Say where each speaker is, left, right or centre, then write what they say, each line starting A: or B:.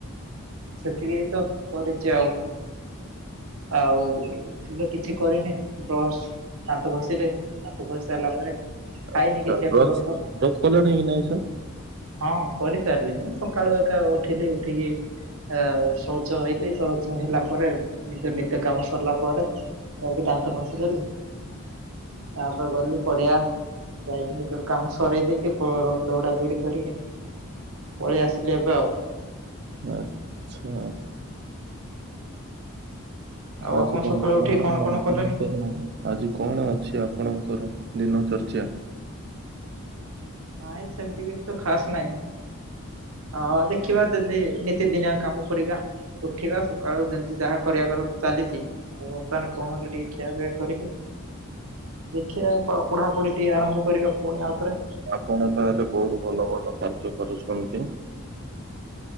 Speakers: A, on the right; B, on the right.
A: ସେତିକି ତ କରିଛି ଆଉ। ଆଉ ଏବେ କିଛି କରିନି ବ୍ରସ୍ ଦାନ୍ତ ଘଷିଲେ ଦାନ୍ତ ଘଷି ସାରିଲା ପରେ ଖାଇନି
B: ଆଛା
A: କିଛି
B: ବ୍ରଶ
A: ଏପର୍ଯ୍ୟନ୍ତ
B: ବ୍ରଶ କଲେଣି କି ନା ସାର୍?
A: ହଁ କରିସାରିଲି ମୁଁ ସକାଳୁ ଏକା ଉଠିଲି ଉଠିକି ଆ ଶୌଚ ହେଇଲି ଶୌଚ ହେଲା ପରେ ନିଜ ନିତ୍ୟ କାମ ସରିଲା ପରେ ଯାଇକି ଦାନ୍ତ ଘଷିଦେଲି ତାପରେ ଗଲୁ ପଡିଆ ଯାଇକି ନିଜର କାମ ସରେଇ ଦେଇକି ପର ଦୌଡା ଦୌଡି କରିକି ପଳେଇ ଆସିଲି ଏବେ ଆଉ।
B: ଆଛା।
A: ଆଉ
B: ଆଜି
A: ଆପଣ
B: ତାହେଲେ
A: ସକାଳୁ ଉଠି
B: କଣ ହେଲା ମ ଆପଣଙ୍କର
A: କଲେନି?
B: ଆଜି କଣ ଅଛି ଆପଣଙ୍କର? ଦିନ ର୍ଚଚ୍ଚା।
A: ନାଇଁ ସେମିତି କିଛି ତ ଖାସ୍ ନାଇଁ। ହଁ ଦେଖିବା ଦେ ନେ ନିତି ଦିନିଆ କାମ କରିବା। ଉଠିବା ସକାଳୁ ଯେମିତି ଯାହା କରିବା କଥା ତ ଚାଲିଛି ଆଉ ବର୍ତ୍ତମାନ କଣ ହେଲେ ଟିକେ ଖିଆପିଆ କରିକି ଦେଖିବା ପଢା ପଢି ଟିକେ ଆରମ୍ଭ କରିବା ପୁଣି ଆଉ ଥରେ।
B: କଣ ତାହେଲେ ବହୁତ ଭଲ ଭଲ କାର୍ଯ୍ୟ କରୁଛନ୍ତି।